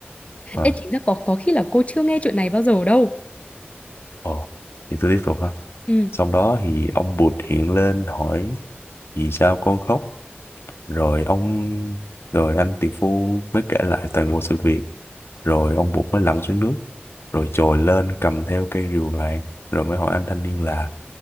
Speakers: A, on the left; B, on the left.
A: à.
B: Ê chính ra có có khi là cô chưa nghe chuyện này bao giờ đâu.
A: ồ thì tôi tiếp tục ha
B: Ừ.
A: Xong đó thì ông bụt hiện lên hỏi vì sao con khóc. Rồi ông, rồi anh tỷ phu mới kể lại toàn bộ sự việc. Rồi ông bụt mới lặn xuống nước. Rồi trồi lên cầm theo cây rìu vàng. Rồi mới hỏi anh thanh niên là